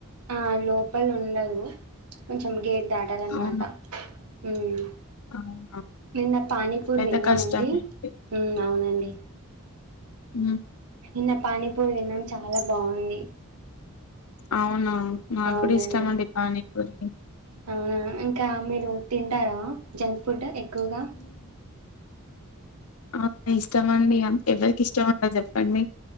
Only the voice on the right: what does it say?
ఆ లోపల ఉండదు కొంచెం గేట్ దాటాలన్
మాట ఉమ్
నిన్న పానీపూరి
తిన్నామండి
ఉ అవునండి
నిన్న పానీపూరి తిన్నాం చాలా బాగుంది
అవునండి
అవునా ఇంకా మీరు తింటారా జంక్ ఫుడ్ ఎక్ ఎక్కువగా